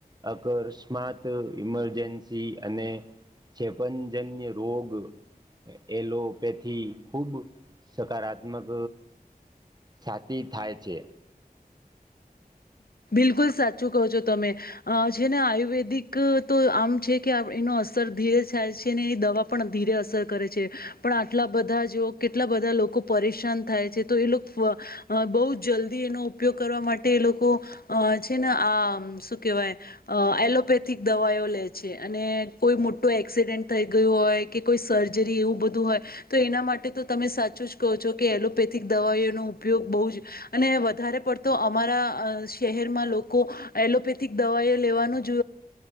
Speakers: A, on the right (about 25°); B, on the left (about 70°).
A: અકસ્માત, ઇમરજન્સી અને ક્ષેપંજન્યરોગ એલોપેથી ખુબ સકારાત્મક સાતી થાય છે.
B: બિલકુલ સાચું કહો છો તમે. અ છે ને આયુર્વેદિક તો આમ છે કે, એનો અસર ધીરે થાય છે ને. એ દવા પણ ધીરે અસર કરે છે. પણ આટલા બધા જો, કેટલા બધા લોકો પરેશાન થાય છે. તો એ લોકો બહુ જલ્દી એનો ઉપયોગ કરવા માટે તે લોકો, અ છે ને આ શું કેહેવાય, અ એલોપેથિક દવાઇઓ લે છે. અને કોઈ મોટો એક્સિડેન્ટ થઈ ગયું હોય. કે કોઈ સર્જરી એવું બધું હોય. તો એના માટે તો તમે સાચું જ કહો છો કે, એલોપેથિક દવાઈઓનો ઉપયોગ બહુ જ અને વધારે પડતો અમારા શહેરમાં લોકો એલોપેથિક દવાઓ લેવાનું જ